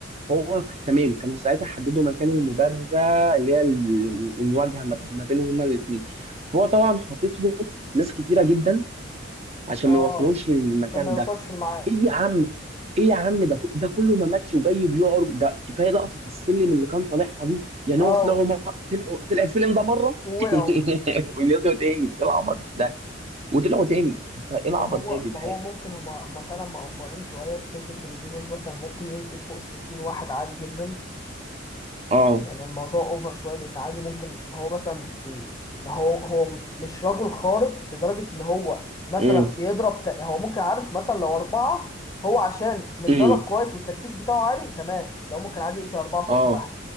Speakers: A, on the right; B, on the left.
A: هو ك- تمام كانوا ساعتها حددوا مكان المبارزه اللي هي ال- المواجهه ما ما بينهم هما الاثنين هو طبعا حاطط له ناس كتيره جدا عشان
B: اه
A: ما يوصلوش للمكان
B: عشان ما يوصلش
A: ده
B: في الميعاد
A: ايه يا عم ايه يا عم ده ده كله ما ماتش وجاي بيعرج ده كفايه لقطه السلم اللي كان طالعها دي يعني
B: اه
A: هو طلعوا م- طلعوا طلع السلم ده مره
B: ووقعوا
A: <laughs> ونزلوا تاني ايه العبط ده وطلعوا تاني انت ايه
B: ما
A: العبط
B: هو
A: ده يا جدعان
B: ما هو ممكن هما هما فعلا مقفرين شويه في فكره ان جون ويك مثلا ممكن يقتل فوق 60 واحد عادي جدا
A: اه
B: يعني الموضوع اوفر شويه لان عادي ممكن هو مثلا بي هو هو مش رجل خارق لدرجه ان هو مثلا
A: امم
B: بيضرب ت... هو ممكن عارف مثلا لو اربعه هو عشان متدرب
A: امم
B: كويس والتركيز بتاعه عالي تمام لو ممكن عادي يقتل اربعه في
A: اه
B: وقت واحد